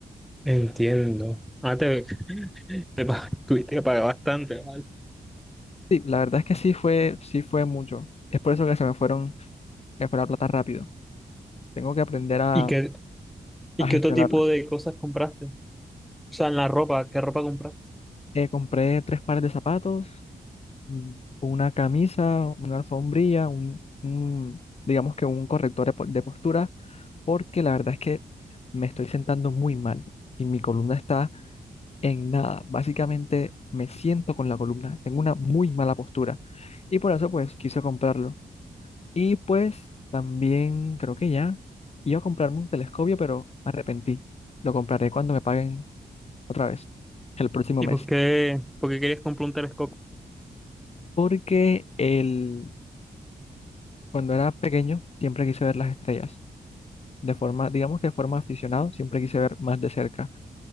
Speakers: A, in the centre; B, on the left (about 45°).
A: Entiendo. Ah, te, <laughs> te pa- tuviste que pagar bastante, ¿vale?
B: Sí, la verdad es que sí fue, sí fue mucho. Es por eso que se me fueron, se me fue la plata rápido. Tengo que aprender a,
A: ¿Y qué, y
B: a gestionarla.
A: qué otro tipo de cosas compraste? O sea, en la ropa, ¿qué ropa compraste?
B: Eh, compré tres pares de zapatos, mm, una camisa, una alfombrilla, un, un, digamos que un corrector de po- de postura, porque la verdad es que me estoy sentando muy mal y mi columna está en nada. Básicamente me siento con la columna, tengo una muy mala postura y por eso pues quise comprarlo. Y pues también creo que ya iba a comprarme un telescopio, pero me arrepentí. Lo compraré cuando me paguen otra vez el próximo
A: ¿Y
B: mes.
A: por qué, por qué querías comprar un telescopio?
B: Porque el, cuando era pequeño siempre quise ver las estrellas. De forma, digamos que de forma aficionado, siempre quise ver más de cerca.